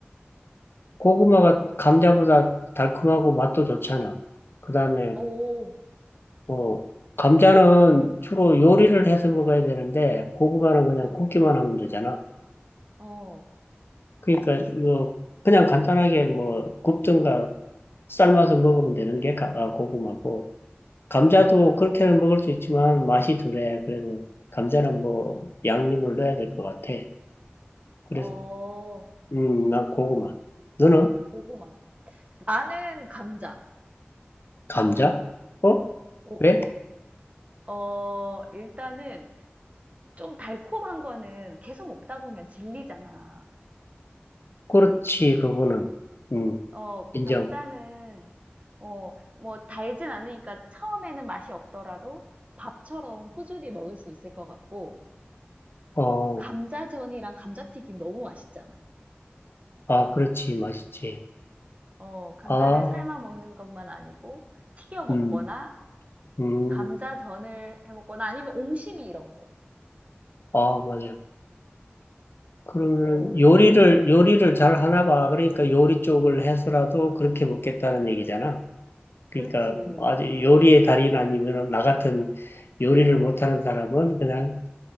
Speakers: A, on the left (about 65°); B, on the right (about 35°).
A: 고구마가 감자보다 달콤하고 맛도 좋잖아. 그 다음에
B: 오,
A: 어, 감자는 주로 요리를 해서 먹어야 되는데, 고구마는 그냥
B: 어,
A: 굽기만 하면 되잖아.
B: 어,
A: 그러니까 이거 그냥 간단하게 뭐 굽든가 삶아서 먹으면 되는 게 가- 아, 고구마고, 감자도
B: 어,
A: 그렇게는 먹을 수 있지만 맛이 덜해. 그래서 감자는 뭐 양념을 넣어야 될 것 같아. 그래서,
B: 어,
A: 음, 난 고구마. 너는?
B: 고구마. 나는 감자.
A: 감자? 어?
B: 오,
A: 왜?
B: 어, 일단은 좀 달콤한 거는 계속 먹다 보면 질리잖아.
A: 그렇지, 그거는. 음,
B: 어,
A: 인정.
B: 감자는 어, 뭐 달진 않으니까 처음에는 맛이 없더라도 밥처럼 꾸준히 먹을 수 있을 것 같고,
A: 어,
B: 감자전이랑 감자튀김 너무 맛있잖아.
A: 아, 그렇지, 맛있지.
B: 어, 감자를
A: 아.
B: 삶아 먹는 것만 아니고 튀겨 먹거나
A: 음, 음,
B: 감자전을 해 먹거나 아니면 옹심이 이런 거.
A: 아, 맞아요. 그러면은
B: 어,
A: 요리를, 요리를 잘 하나 봐. 그러니까 요리 쪽을 해서라도 그렇게 먹겠다는 얘기잖아. 그러니까
B: 그렇지.
A: 아주 요리의 달인 아니면 나 같은 요리를 못하는 사람은 그냥,